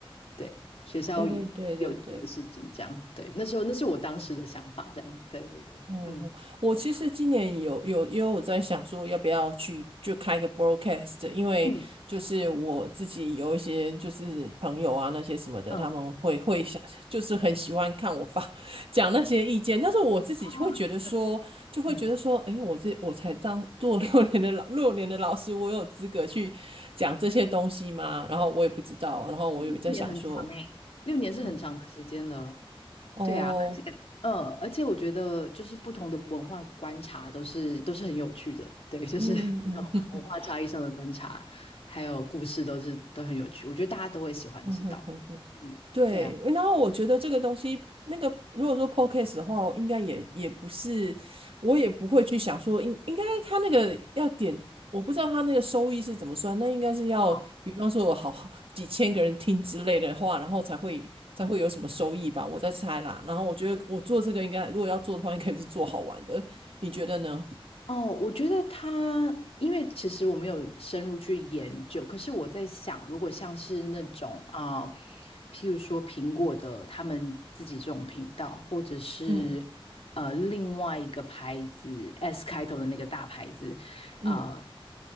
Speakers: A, on the left; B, on the right.
A: 对，学校
B: 对对对对对。
A: 有趣的事情，这样，对，那时候那是我当时的想法，这样，对对对。
B: 哦，
A: 嗯。
B: 我其实今年有有因为我在想说要不要去就开个 broadcast，因为就是我自己有一些就是朋友啊那些什么的，
A: 嗯嗯
B: 他们会会想就是很喜欢看我发 <laughs> 讲那些意见，但是我自己会觉得说就会觉得说，
A: 哦，嗯，
B: 诶，我这我才当做六年的老六年的老师，我有资格去讲这些东西吗？然后我也不知道，然后我有在想说，
A: 六年很长哎，六年是很长的时间了。
B: 嗯，哦，
A: 对啊，而且嗯，而且我觉得就是不同的文化观察都是都是很有趣的，对，就是
B: 嗯嗯嗯
A: <laughs> 那种文化差异上的观察，
B: <laughs>。
A: 还有故事都是都很有趣，我觉得大家都会喜欢知道。
B: 嗯哼
A: 嗯，
B: 对，
A: 对啊，
B: 然后我觉得这个东西，那个如果说 podcast 的话，应该也也不是，我也不会去想说应应该他那个要点，我不知道他那个收益是怎么算，那应该是要，
A: 哦。
B: 比方说我好好几千个人听之类的话，然后才会才会有什么收益吧，我在猜啦。然后我觉得我做这个应该，如果要做的话，应该是做好玩的，你觉得呢？
A: 哦，我觉得它，因为其实我没有深入去研究，可是我在想，如果像是那种啊、譬如说苹果的他们自己这种频道，或者是呃另外一个牌子
B: 嗯
A: S 开头的那个大牌子，
B: 嗯
A: 啊、